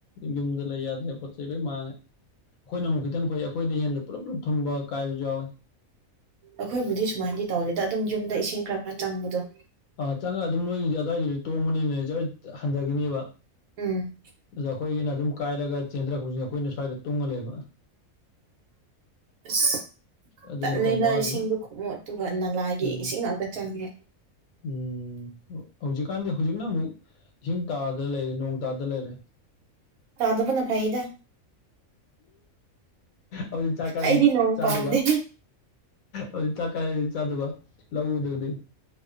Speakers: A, on the left; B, on the right.
A: ꯌꯨꯝꯗ ꯂꯩ ꯌꯥꯗ꯭ꯔꯦ ꯄꯣꯠ ꯆꯩ ꯂꯣꯏ ꯃꯥꯡꯉꯦ ꯑꯩꯈꯣꯏꯅ ꯑꯃꯨꯛ ꯈꯤꯇꯪ ꯐꯩ ꯑꯩꯈꯣꯏꯗꯩ ꯍꯦꯟꯅ ꯄꯨꯂꯞ ꯄꯨꯂꯞ ꯊꯨꯝꯕ ꯀꯥꯏꯕꯖꯨ ꯌꯥꯎꯋꯦ
B: ꯑꯩꯈꯣꯏꯕꯨꯗꯤ ꯁꯨꯃꯥꯏꯅꯗꯤ ꯇꯧꯗꯦꯗ ꯑꯗꯨꯝ ꯌꯨꯝꯗ ꯏꯁꯤꯡ ꯈꯔ-ꯈꯔ ꯆꯪꯕꯗꯣ꯫
A: ꯑꯥ ꯆꯪꯉ ꯑꯗꯨꯝ ꯅꯣꯏꯒꯤꯗꯤ ꯑꯗ꯭ꯋꯥꯏꯒꯤꯗꯤ ꯇꯣꯡꯕꯅꯤꯅ ꯖꯔꯠ ꯍꯟꯗꯒꯤꯅꯤꯕ
B: ꯎꯝ꯫
A: ꯅꯈꯣꯢꯒꯤꯅ ꯑꯗꯨꯝ ꯀꯥꯏꯔꯒ ꯆꯦꯟꯊꯔꯛꯄꯁꯤꯅ ꯑꯩꯈꯣꯏꯅ ꯁ꯭ꯋꯥꯏꯗ ꯇꯨꯡꯉ ꯂꯩꯕ꯫
B: ꯑꯁ꯫
A: ꯑꯗꯨ
B: ꯇꯟꯂꯦꯗ
A: ꯃꯇꯝ ꯋꯥꯈꯤ
B: ꯏꯁꯤꯡ ꯈꯣꯃꯣꯠꯇꯨꯒ ꯅꯂꯥꯒꯤ
A: ꯎꯝ
B: ꯏꯁꯤꯡ ꯉꯥꯛꯇ ꯆꯪꯉꯦ꯫
A: ꯎꯝ ꯍꯧꯖꯤꯛꯀꯥꯟꯗꯤ ꯍꯧꯖꯤꯛꯅ ꯑꯃꯨꯛ ꯏꯁꯤꯡ ꯇꯥꯗ ꯂꯩꯔꯦ ꯅꯣꯡ ꯇꯥꯗ ꯂꯩꯔꯦ꯫
B: ꯇꯥꯗꯕꯅ ꯐꯩꯌꯦꯗ꯫
A: ꯑꯗꯨꯗꯤ ꯆꯥꯛ ꯀꯥꯏ
B: ꯑꯩꯗꯤ ꯅꯣꯡ
A: ꯆꯥꯗꯨꯏꯕ?
B: ꯄꯥꯝꯗꯦ
A: ꯑꯗꯨꯗꯤ ꯆꯥꯛ ꯀꯥꯏꯗꯩ ꯆꯥꯗꯨꯕ ꯂꯧ ꯎꯗ꯭ꯔꯥꯗꯤ?